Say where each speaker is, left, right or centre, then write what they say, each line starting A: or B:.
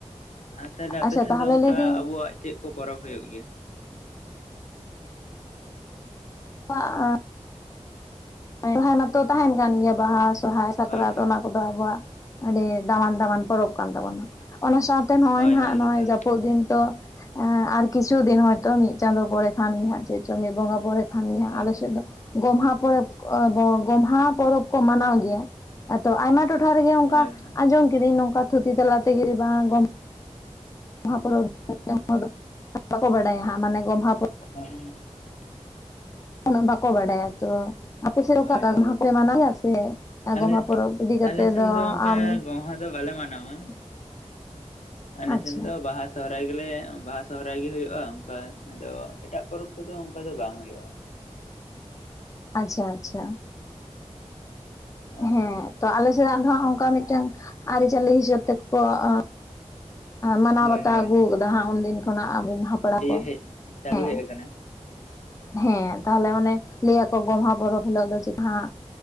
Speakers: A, on the left; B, on the left.
A: ᱟᱨ ᱛᱟᱦᱞᱮ ᱟᱯᱮ
B: ᱟᱪᱪᱷᱟ
A: ᱥᱮᱫ
B: ᱛᱟᱦᱚᱞᱮ
A: ᱫᱚ ᱚᱱᱠᱟ
B: ᱞᱟᱹᱭᱫᱟᱹᱧ
A: ᱟᱵᱚᱣᱟᱜ ᱪᱮᱫ ᱠᱚ ᱯᱚᱨᱚᱵᱽ ᱦᱩᱭᱩᱜ ᱜᱮᱭᱟ?
B: ᱯᱟ-ᱟ <unintelligible> ᱥᱚᱨ ᱢᱟᱛᱚ ᱛᱟᱦᱮᱱ ᱠᱟᱱ ᱜᱮᱭᱟ ᱵᱟᱦᱟ ᱥᱚᱦᱨᱟᱭ ᱥᱟᱠᱨᱟᱛ
A: ᱦᱳᱭ ᱦᱳᱭ
B: ᱚᱱᱟ ᱠᱚᱫᱚ ᱟᱵᱚᱣᱟᱜ᱾ ᱟᱹᱰᱤ ᱫᱟᱢᱟᱱ ᱫᱟᱢᱟᱱ ᱯᱚᱨᱚᱵᱽ ᱠᱟᱱ ᱛᱟᱵᱚᱱᱟ ᱚᱱᱟ ᱥᱟᱶᱛᱮ ᱱᱚᱜᱼᱚᱭ
A: ᱦᱳᱭ
B: ᱱᱟᱦᱜ
A: ᱦᱳᱭ
B: ᱱᱚᱜᱼᱚᱭ
A: ᱮᱠᱟᱞ
B: ᱡᱟᱹᱯᱩᱫ ᱫᱤᱱ ᱛᱚ ᱾ ᱟᱨ ᱠᱤᱪᱷᱩ ᱫᱤᱱ ᱦᱚᱭᱛᱳ ᱢᱤᱫ ᱪᱟᱸᱫᱳ ᱯᱚᱨᱮ ᱠᱷᱟᱱ ᱜᱮ ᱦᱜ ᱪᱮᱫ ᱪᱚᱝ ᱢᱤᱫ ᱵᱚᱸᱜᱟ ᱯᱚᱨᱮ ᱠᱷᱟᱱ ᱜᱮ ᱦᱟᱜ
A: ᱦᱳᱭ
B: ᱟᱞᱮ
A: ᱦᱳᱭ
B: ᱥᱮᱫ ᱫᱚ ᱜᱚᱢᱦᱟ ᱯᱚᱨᱚᱵᱽ ᱟᱵᱚ ᱜᱚᱢᱦᱟ ᱯᱚᱨᱚᱵᱽ ᱠᱚ ᱢᱟᱱᱟᱣ ᱜᱮᱭᱟ ᱟᱫᱚ ᱟᱭᱢᱟ ᱴᱚᱴᱷᱟ ᱴᱚᱴᱷᱟ ᱨᱮᱜᱮ ᱚᱱᱠᱟ
A: ᱦᱳᱭ ᱦᱳᱭ
B: ᱟᱸᱡᱚᱢ ᱠᱤᱫᱟᱹᱧ ᱱᱚᱝᱠᱟ ᱛᱷᱩᱛᱤ ᱛᱟᱞᱟ ᱛᱮᱜᱮ ᱵᱟᱝ ᱜᱚᱢ <unintelligible> ᱵᱟᱠᱚ ᱵᱟᱰᱟᱭᱟ ᱦᱟᱸᱜ ᱢᱟᱱᱮ ᱜᱚᱢᱦᱟ ᱯᱚᱨᱚᱵᱽ
A: <unintelligible>
B: ᱩᱱᱟᱹᱜ ᱵᱟᱠᱚ ᱵᱟᱰᱟᱭᱟ ᱛᱚ ᱟᱯᱮ ᱥᱮᱫ
A: ᱦᱳᱭ
B: ᱚᱠᱟ ᱴᱟᱜ
A: ᱦᱳᱭ
B: ᱜᱚᱢᱦᱟ ᱯᱮ ᱢᱟᱱᱟᱣᱭᱟ ᱥᱮ
A: ᱟᱞᱮ
B: ᱜᱚᱢᱟᱦᱟ ᱯᱚᱨᱚᱵᱽ ᱤᱫᱤ
A: ᱟᱞᱮ
B: ᱠᱟᱛᱮ
A: ᱥᱮᱱ
B: ᱫᱚ
A: ᱚᱱᱠᱟ
B: ᱟᱢ
A: ᱵᱟᱞᱮ ᱢᱟᱱᱟᱣᱟ ᱾
B: <inaudible>
A: ᱟᱮ
B: ᱟᱪᱪᱷᱟ
A: ᱥᱮᱱ ᱫᱚ ᱵᱟᱦᱟ ᱥᱚᱦᱨᱟᱭ ᱟᱭᱳ ᱜᱮ ᱞᱟᱹᱭᱟᱭ ᱵᱟᱦᱟ ᱥᱚᱨᱟᱭ ᱜᱮ ᱦᱩᱭᱩᱜᱼᱟ᱾ ᱚᱱᱠᱟ ᱟᱫᱚ ᱮᱴᱟᱜ ᱯᱚᱨᱚᱵᱽ ᱠᱚᱫᱚ ᱚᱱᱠᱟ ᱫᱚ ᱵᱟᱝ ᱦᱩᱭᱩᱜᱼᱟ᱾
B: <inaudible> ᱟᱪᱪᱷᱟ ᱟᱪᱪᱷᱟ
A: ᱦᱳᱭ
B: ᱦᱮᱸ
A: ᱦᱳᱭ
B: ᱛᱚ ᱟᱞᱮ ᱪᱮᱫᱟᱜ ᱟᱫᱚ ᱚᱱᱠᱟ ᱢᱤᱫᱴᱟᱝ ᱟᱹᱨᱤᱪᱟᱹᱞᱤ ᱦᱤᱥᱟᱹᱵ ᱛᱮᱠᱚ ᱟᱹ ᱢᱟᱱᱟᱣ
A: ᱦᱳᱭ
B: ᱵᱟᱛᱟᱣ
A: ᱦᱳᱭ
B: ᱟᱹᱜᱩ ᱠᱟᱫᱟ ᱦᱟᱸᱜ ᱩᱱᱫᱤᱱ ᱠᱷᱚᱱᱟᱜ ᱟᱵᱤᱱ ᱦᱟᱯᱲᱟᱢ
A: ᱤᱭᱟᱹ
B: ᱠᱚ
A: ᱦᱮᱡ ᱪᱟᱹᱞᱩ
B: ᱦᱮᱸ᱾
A: ᱦᱮᱡ ᱟᱠᱟᱱᱟ
B: <unintelligible> ᱦᱮᱸ ᱛᱟᱦᱞᱮ ᱚᱱᱮ ᱞᱟᱹᱭᱟᱠᱚ ᱜᱚᱢᱦᱟ ᱯᱚᱨᱚᱵᱽ ᱦᱤᱞᱳᱜ ᱫᱚ ᱪᱮᱫᱦᱟᱸᱜ